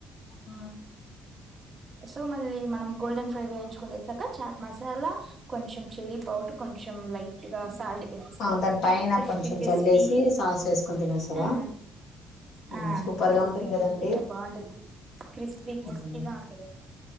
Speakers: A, on the left; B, on the right.
A: ఆ
B: సో మళ్ళీ మనం గోల్డెన్ ఫ్రై వేయించుకుండేసాక చాట్ మసాలా కొంచెం చిల్లీ పౌడర్ కొంచెం లైట్ గా సాల్ట్ వేసేస్తే
A: ఆ దాని పైన
B: క్రిస్పీ
A: కొంచెం
B: క్రిస్పీ
A: చల్లేసి సాస్ వేసుకొని తినేస్తారా
B: హా
A: హ్మ్
B: హా
A: సూపర్
B: క్రిస్పీ
A: గా ఉంటుంది కదండి
B: క్రిస్పీగా బాగుంటంది క్రిస్పీ క్రిస్పీగా
A: హ్మ్
B: ఉంటు